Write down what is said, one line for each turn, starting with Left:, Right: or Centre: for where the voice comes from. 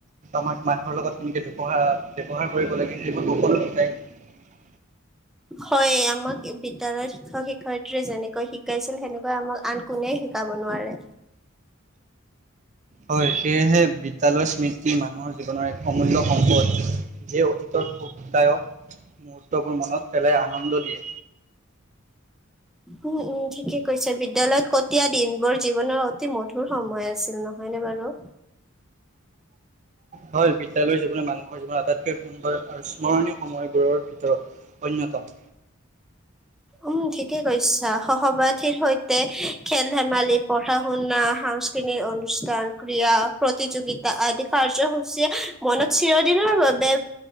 Right: আমাক মানুহৰ লগত এনেকে ব্যৱহাৰ ব্যৱহাৰ কৰিব লাগে সেইবোৰ সকলো শিকাই।
Centre: হয় আমাক বিদ্যালয়ত শিক্ষক শিক্ষয়িতীয়ে যেনেকৈ শিকাইছিল সেনেকৈ আমাক আন কোনে শিকাব নোৱাৰে
Right: হয় সেয়েহে বিদ্যালয় স্মৃতি মানুহৰ জীৱনৰ এক অমূল্য সম্পদ যিয়ে অতীতৰ সুখদায়ক মুহূৰ্তবোৰ মনত পেলাই আনন্দ দিয়ে।
Centre: উম উম ঠিকে কৈছে বিদ্যালয়ত কটীয়া দিনবোৰ জীৱনৰ অতি মধুৰ সময় আছিল নহয়নেে বাৰু
Right: হয় বিদ্যালয়ৰ মানুহৰ জীৱনত আটাইতকৈ সুন্দৰ আৰু স্মৰণীয় সময়বোৰৰ ভিতৰত অন্যতম
Centre: উম ঠিকে কৈছ সহপাঠীৰ সৈতে খেল ধেমালি পঢ়া শুনা সাংস্কৃতিক অনুষ্ঠান ক্ৰীড়া প্ৰতিযোগিতা আদি কাৰ্যসূচীয়ে মনত চিৰদিনৰ বাবে